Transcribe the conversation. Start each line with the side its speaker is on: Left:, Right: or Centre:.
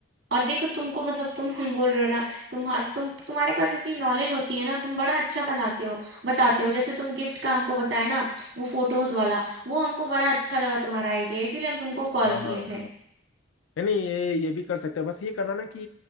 Right: और देखो तुमको मतलब तुम <laughs> हम बोल रहे हो ना तुम तुम तुम्हारे पास इतनी नॉलेज होती है ना तुम बड़ा अच्छा बनाते हो बताते हो जैसे तुम गिफ्ट का हमको बताया ना वो फोटोज वाला वो हमको बड़ा अच्छा लगा तुम्हारा आइडिया इसीलिए हम तुमको कॉल
Left: हाँ हाँ
Right: किए
Left: हाँ, हाँ।
Right: थे
Left: नहीं नहीं ये ये भी कर सकते हैं बस ये करना ना कि